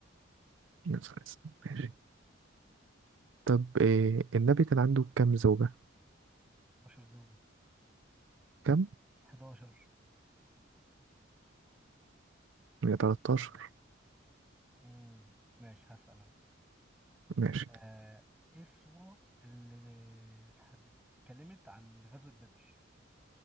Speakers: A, on the right; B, in the centre.
A: يوسف عليه السلام. ماشي طب آه، النبي كان عنده كام زوجة
B: 12 زوجة
A: كام
B: 11
A: يا 13
B: امم ماشي هسأل أنا
A: ماشي
B: آه، إيه الصورة اللي اتحد- اتكلمت عن غزوة بدر؟